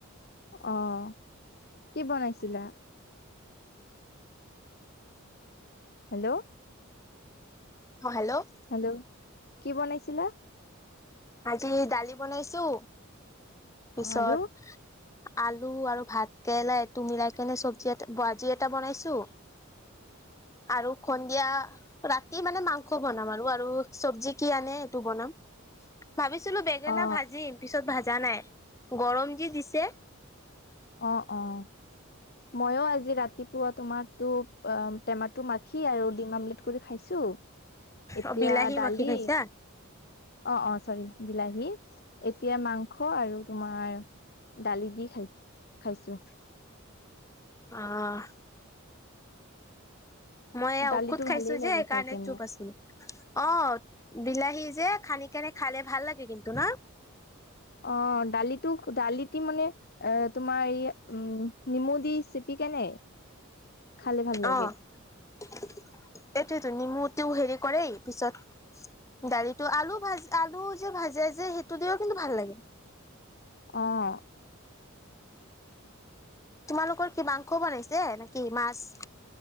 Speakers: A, on the left; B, on the left.
A: অ', কি বনাইছিলা? হেল্ল'
B: অ', হেল্ল'
A: হেল্ল' কি বনাইছিলা?
B: আজি দালি বনাইছোঁ।
A: অ
B: ওচৰত
A: আৰু
B: আলু আৰু ভাত কেৰেলা তু মিলাই কেনে চব্জি এটা ভাজি এটা বনাইছো আৰু সন্ধিয়া ৰাতি মানে মাংস বনাম আৰু আৰু চব্জি কি আনে সেইটো বনাম। ভাবিছিলোঁ বেঙেনা
A: অ
B: ভাজিম পিছত ভাজা নাই গৰম যি দিছে।
A: অ', অ', ময়ো আজি ৰাতিপুৱা তোমাৰতো অ, টেমাটো মাখি আৰু ডিম আমলেট কৰি খাইছো। এতিয়া
B: অ বিলাহী
A: দালি
B: মাখি খাইছা
A: অ', অ', চৰি। বিলাহী, এতিয়া মাংস আৰু তোমাৰ দালি দি খাই খাইছোঁ।
B: আহ মই এ
A: দালিটো
B: ঔষধ খাইছো
A: ভালেই
B: যে
A: লাগে
B: সেইকাৰণে
A: খাই কেনে
B: চুপ আছিলো। অ', বিলাহী যে খানি কেনে খালে ভাল লাগে কিন্তু ন?
A: অ', দালিটো দালিতি মানে এ তোমাৰ এই উম, নিমু দি চিপি কেনে খালে ভাল লাগে
B: অ', এইটোৱেতো নিমুটো হেৰি কৰেই পিছত দালিটো আলু ভাজ আলু যে ভাজে যে সেইটো দিয়ো কিন্তু ভাল লাগে।
A: অ',
B: তোমালোকৰ কি মাংস বনাইছে নেকি মাছ?